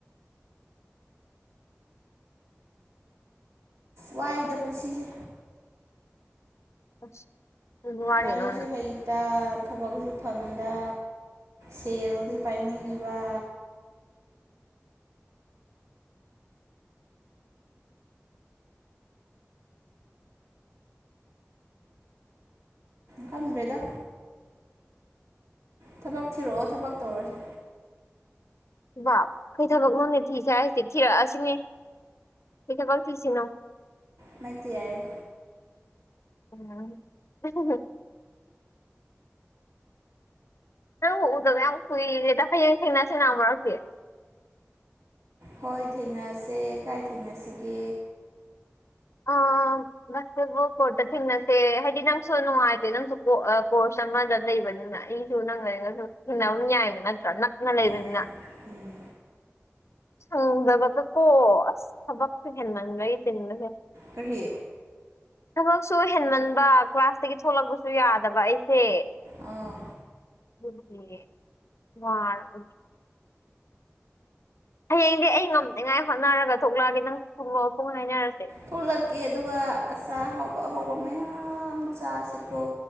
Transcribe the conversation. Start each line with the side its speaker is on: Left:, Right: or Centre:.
Right: ꯋꯥꯏꯗ ꯄꯨꯟꯁꯤꯁꯦ
Left: ꯑꯁ ꯑꯗꯨꯗꯤ ꯋꯥꯔꯤꯅꯣꯅꯦ
Right: ꯂꯥꯏꯔꯤꯛꯁꯨ ꯍꯩ ꯊꯕꯛꯁꯨ ꯐꯪꯗ ꯁꯦꯜꯗꯤ ꯄꯥꯏꯅꯤꯡꯉꯤꯕ ꯈꯪꯗ꯭ꯔꯦꯗ ꯊꯕꯛ ꯊꯤꯔꯛꯑꯣ ꯊꯕꯛ ꯇꯧꯔꯁꯦ
Left: ꯕꯥ ꯀꯩ ꯊꯕꯛꯅꯣꯅꯦ ꯊꯤꯁꯦ ꯍꯥꯏꯁꯤ ꯊꯤꯔꯛꯑꯁꯤꯅꯦ ꯀꯩ ꯊꯕꯛ ꯊꯤꯁꯤꯅꯣ
Right: ꯑꯃ ꯍꯦꯛꯇ ꯌꯥꯢ
Left: ꯎꯝ <unintelligible> ꯅꯪ ꯎꯗꯕ ꯌꯥꯝ ꯀꯨꯏꯔꯦꯗ ꯍꯌꯦꯡ ꯊꯦꯡꯅꯁꯤ <unintelligible>
Right: ꯍꯣꯏ ꯊꯦꯡꯅꯁꯦ ꯀꯥꯏ ꯊꯦꯡꯅꯁꯤꯒꯦ
Left: ꯑꯥ <unintelligible> ꯀꯣꯔꯠꯇ ꯊꯦꯡꯅꯁꯦ ꯍꯥꯏꯗꯤ ꯅꯪꯁꯨ ꯅꯨꯡꯉꯥꯏꯇꯦ ꯅꯪꯁꯨ ꯀꯣꯔꯁ ꯑꯃꯗ ꯂꯩꯕꯅꯤꯅ ꯑꯩ ꯁꯨ ꯅꯪꯒ ꯑꯩꯒ ꯑꯗꯨꯝ ꯊꯦꯡꯅꯕ ꯌꯥꯏꯅ ꯅꯠꯇ꯭ꯔꯥ ꯅꯛꯅ ꯂꯩꯕꯅꯤꯅ
Right: ꯑꯥ ꯎꯝ
Left: ꯁꯪꯗꯕꯗ ꯀꯣ ꯑꯁ ꯊꯕꯛꯁꯨ ꯍꯦꯟꯃꯟꯕꯒꯤ ꯆꯤꯟꯕꯁꯦ
Right: ꯀꯔꯤ
Left: ꯊꯕꯛꯁꯨ ꯍꯦꯟꯃꯟꯕ ꯀ꯭ꯂꯥꯁꯇꯒꯤ ꯊꯣꯛꯂꯛꯄꯁꯨ ꯌꯥꯗꯕ ꯑꯩꯁꯦ
Right: ꯑꯥ
Left: ꯑꯗꯨꯒꯤ ꯋꯥꯔꯕꯒꯤ ꯍꯌꯦꯡꯗꯤ ꯑꯩ ꯉꯝꯅꯤꯉꯥꯏ ꯍꯣꯠꯅꯔꯒ ꯊꯣꯛꯂꯛꯑꯒꯦ ꯅꯪꯁꯨ ꯊꯣꯛꯂꯛꯑꯣ ꯄꯨꯡ ꯍꯥꯏꯅꯔꯁꯦ
Right: ꯊꯣꯛꯂꯛꯀꯦ ꯑꯗꯨꯒ ꯑꯆꯥꯄꯣꯠ ꯑꯍꯥꯎꯕ ꯑꯍꯥꯎꯕ ꯃꯌꯥꯝ ꯆꯥꯁꯤꯀꯣ